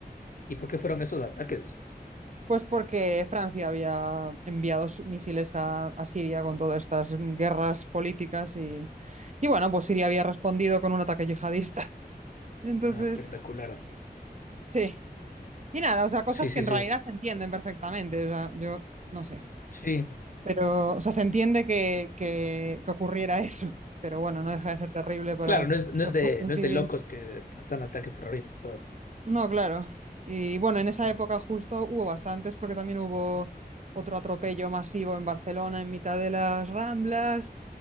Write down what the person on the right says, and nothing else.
Pues porque Francia había enviado sus misiles a, a Siria con todas estas guerras políticas y, y bueno, pues Siria había respondido con un ataque yihadista. <laughs> Entonces,
sí. Y nada, o sea, cosas
que en
realidad se entienden perfectamente. O sea, yo no sé.
Pero, o sea, se entiende que, que, que ocurriera <laughs> eso. Pero bueno, no deja de ser terrible para
la
población
civil.
No, claro. Y bueno, en esa época justo hubo bastantes porque también hubo otro atropello masivo en Barcelona en mitad de las Ramblas,